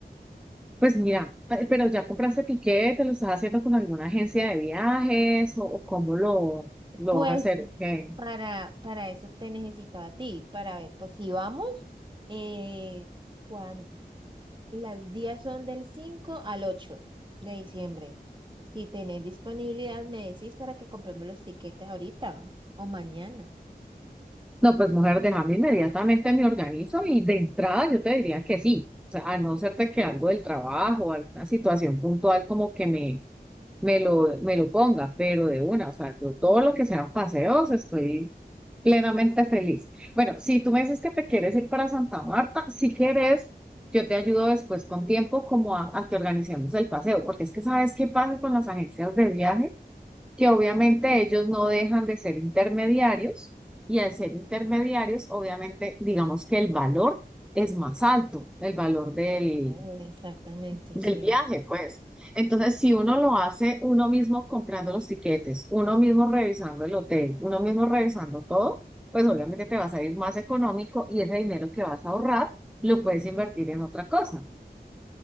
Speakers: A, in the centre; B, on the right (about 30°).
A: Pues mira, eh, pero ya compraste tiquete, lo estás haciendo con alguna agencia de viajes o, o cómo lo, lo
B: Pues
A: vas a hacer, ¿ok?
B: para, para eso te necesitaba a ti, para ver, pues si vamos, eh, cuan- las días son del cinco al ocho de diciembre. Si tenés disponibilidad, me decís para que compremos los tiquetes ahorita o mañana.
A: No, pues mujer, déjame inmediatamente me organizo y de entrada yo te diría que sí. O sea, a no ser de que algo del trabajo, alguna situación puntual como que me, me lo, me lo ponga, pero de una, o sea, yo todo lo que sean paseos estoy plenamente feliz. Bueno, si tú me dices que te quieres ir para Santa Marta, si quieres, yo te ayudo después con tiempo como a, a que organicemos el paseo, porque es que sabes qué pasa con las agencias de viaje que obviamente ellos no dejan de ser intermediarios y al ser intermediarios, obviamente, digamos que el valor es más alto, el valor del,
B: Eh, Exactamente,
A: del
B: sí.
A: viaje, pues. Entonces, si uno lo hace uno mismo comprando los tiquetes, uno mismo revisando el hotel, uno mismo revisando todo, pues obviamente te va a salir más económico y ese dinero que vas a ahorrar lo puedes invertir en otra cosa.